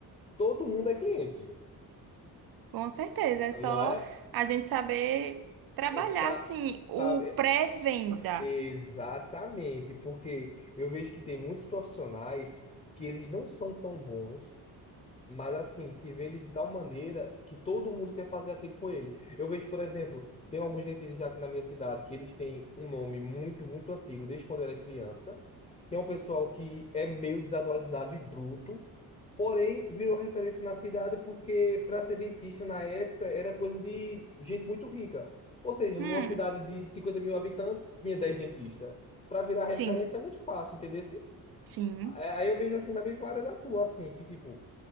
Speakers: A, on the left; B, on the right.
A: todo mundo é cliente,
B: Com certeza, é
A: não
B: só
A: é?
B: a gente saber trabalhar
A: Essa,
B: assim
A: sabe,
B: o
A: é,
B: pré-venda.
A: exatamente, porque eu vejo que tem muitos profissionais que eles não são tão bons. Mas assim, se vê ele de tal maneira que todo mundo quer fazer aquilo com ele. Eu vejo, por exemplo, tem alguns dentistas já aqui na minha cidade que eles têm um nome muito, muito antigo, desde quando eu era criança, que é um pessoal que é meio desatualizado e bruto, porém virou referência na cidade porque para ser dentista na época era coisa de gente muito rica. Ou seja, numa
B: Hum,
A: cidade de cinquenta mil habitantes, tinha 10 dentistas. Para virar referência
B: sim,
A: é muito fácil, entendeu? Se-
B: sim,
A: Aí eu vejo assim na mesma área da tua, assim, que tipo